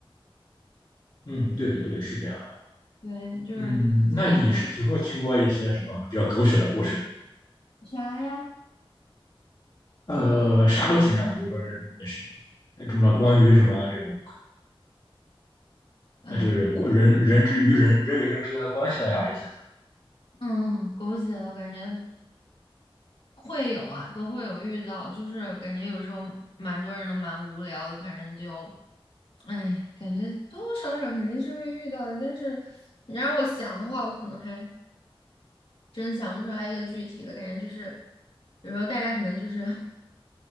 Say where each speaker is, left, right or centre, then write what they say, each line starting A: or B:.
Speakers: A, on the left (about 50°); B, on the left (about 70°).
A: 嗯，对对，是这样的。
B: 对，就是自己
A: 嗯，那你是听说听过一些什么比较狗血的故事？
B: 啥呀？
A: 呃，啥都行啊，比如说是什么关于什么这种，
B: 嗯
A: 呃，就是国人人之于人人与人之间的关系的呀这些。
B: 嗯，狗血的我感觉会有啊，都会有遇到，就是感觉有时候蛮多人都蛮无聊的，反正就哎，感觉多多少少肯定是会遇到的。但是你让我想的话，我可能还真想不出来一个具体的感觉，就是有时候大家可能就是 <laughs>